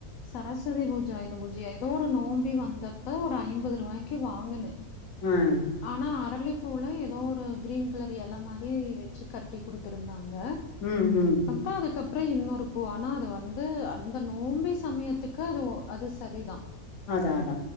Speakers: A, on the left (about 70°); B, on the left (about 50°).
A: சரஸ்வதி பூஜ ஆய்த பூஜயா எதோ ஒரு நோம்பி வந்தப்ப ஒரு ஐம்பது ரூபாய்க்கு வாங்குனே
B: உம்
A: ஆனா அரளிப்பூல எதோ ஒரு கிரீன் கலர் எல மாரி வச்சு கட்டிக் குடுத்துருந்தாங்க
B: உம் உம்
A: அப்புறோ அதுக்கப்புறம் இன்னொரு பூ ஆனா அது வந்து அந்த நோம்பி சமயத்துக்கு அது ஒ அது சரிதா
B: அதா அதா